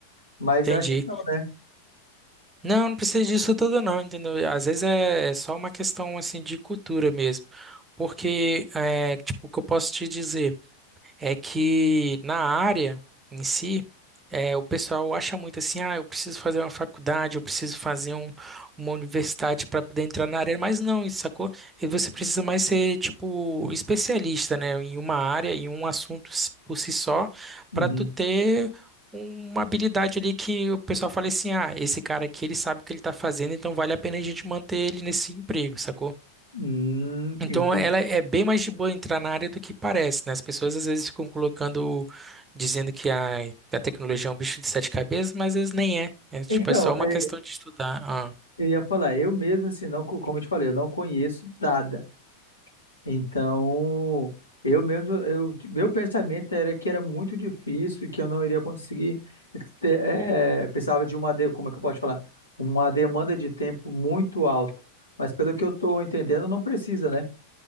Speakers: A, on the left; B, on the right.
A: Mas
B: Entendi.
A: acho que não, né?
B: Não, não precisa disso tudo não, entendeu? Às vezes é, é só uma questão assim de cultura mesmo. Porque, é, tipo, o que eu posso te dizer? é que na área em si, é, o pessoal acha muito assim, ah, eu preciso fazer uma faculdade, eu preciso fazer um- uma universidade para poder entrar na área, mas não, isso sacou? E você precisa mais ser, tipo, especialista, né, em uma área, em um assunto s- por si só,
A: Uhum.
B: para tu ter uma habilidade ali que o pessoal fala assim, ah, esse cara aqui, ele sabe o que ele tá fazendo, então vale a pena a gente manter ele nesse emprego, sacou?
A: Hum,
B: Então,
A: entendi.
B: ela é bem mais de boa entrar na área do que parece, né? As pessoas às vezes ficam colocando, dizendo que a, que a tecnologia é um bicho de sete cabeças, mas às vezes nem é. É tipo,
A: Então,
B: é só uma
A: é,
B: questão de estudar. ah.
A: eu ia falar, eu mesmo, assim, não, co- como eu te falei, eu não conheço nada. Então, eu mesmo, eu, meu pensamento era que era muito difícil, que eu não iria conseguir ter- é, precisava de uma, de- como é que eu posso falar? Uma demanda de tempo muito alta. Mas pelo que eu estou entendendo, não precisa, né?